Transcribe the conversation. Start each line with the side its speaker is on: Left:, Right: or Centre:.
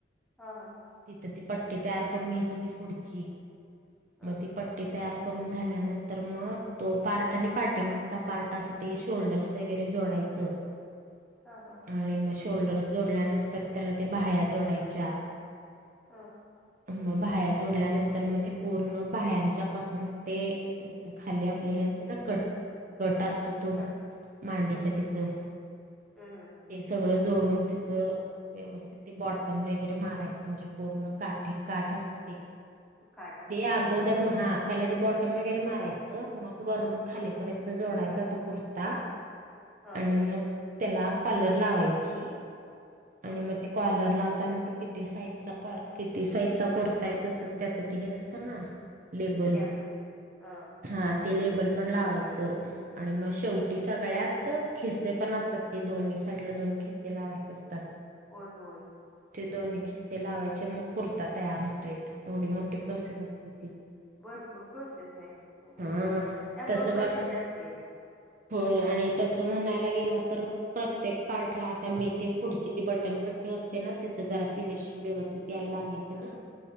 Centre: हां ह
Right: तिथं ती पट्टी तयार करून घ्यायची ती फ पुडची
Centre: ह
Right: मग ती पट्टी तयार करून झाल्यानंतर मग तो पार्ट आणि पाटे मगचा पार्ट अस ते शोल्डर्स वगैरे जोडायचं <unintelligible>
Centre: हा हा
Right: आणि मग शोल्डर्स जोडल्यानंतर त्याला ते बाया्या जोडायच्या
Centre: हा
Right: मग बाया्या जोडल्यानंतर मग ते पूर्ण बायाच्या पासून ते नाही तर खाली आपलं हे असते ना कट कट असत तो
Centre: ह
Right: मांडीच्या
Centre: ह
Right: तिथं ते
Centre: ह ह
Right: सगळं जोडून त्याच व्यवस्थित ते बॉटम वगैरे मारायचं म्हणजे पूर्ण काठी काठ असतं ते
Centre: काटा असतात
Right: ते अगोदर
Centre: ह
Right: महा पहिला ते बॉटम वगैरे मारायचं मग वरून खालीपर्यंत
Centre: ह
Right: जोडायचातो पुरत
Centre: ह
Right: आणि मग त्याला कॉलर लावायची
Centre: ह
Right: आणि मग ते कॉर्लर लावताना तो किती किती साईजचा किती साईजचा कुर्ताय त्या त्याच ते हे असतं ना लेबल
Centre: टॅग ह
Right: हा ते लेबल पण लावायचं. आणि मग शेवटी
Centre: ह
Right: सगळ्यात खिस्से पण असतात ते दोन्ही साईडला दोन खिस्से लावायचे अस तात.
Centre: होय होय.
Right: ते दोन्ही खिसे लावायचे मग कुर्ता तयार होतोय एवढी मोठी प्रोसेस
Centre: होते
Right: असते ती.
Centre: भरपूर प्रोसेस आहे
Right: हा
Centre: त्यामुळ
Right: तसं
Centre: पैसे
Right: बघ
Centre: जास्त आहेत.
Right: होय आणि तसं म्हणायला गेला तर प्रत्येक पार्टला आता मी ते फूड ची ती बटनपट्टी असते ना त्याच जरा फिनिशिंग व्यवस्थित यायला लागायचं ना.